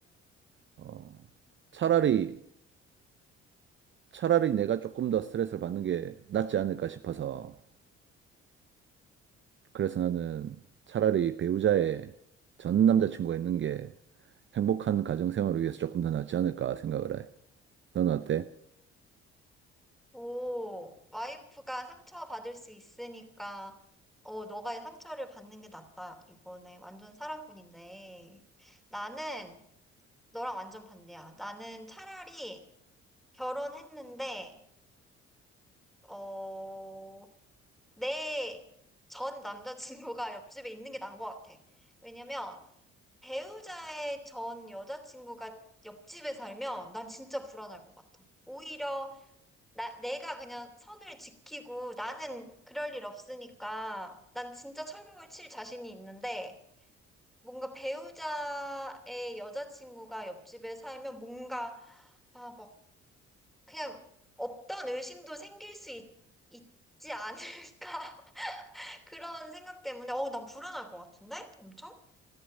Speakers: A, on the right; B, in the centre.
A: 어 차라리 차라리 내가 조금 더 스트레스를 받는 게 낫지 않을까 싶어서 그래서 나는 차라리 배우자의 전 남자친구가 있는 게 행복한 가정 생활을 위해서 조금 더 낫지 않을까 생각을 해. 너는 어때?
B: 오, 와이프가 상처받을 수 있으니까, 어, 너가 상처를 받는 게 낫다. 이거네. 완전 사랑꾼인데. 나는 너랑 완전 반대야. 나는 차라리 결혼했는데, 어, 내 전 남자친구가 <laughs> 옆집에 있는 게 나은 것 같아. 왜냐면, 배우자의 전 여자친구가 옆집에 살면 난 진짜 불안할 것 같아. 오히려 나, 내가 그냥 선을 지키고 나는 그럴 일 없으니까 난 진짜 철벽을 칠 자신이 있는데 뭔가 배우자의 여자친구가 옆집에 살면 뭔가 아, 막 그냥 없던 의심도 생길 수 있, 있지 않을까 <laughs> 그런 생각 때문에 어, 난 불안할 것 같은데? 엄청?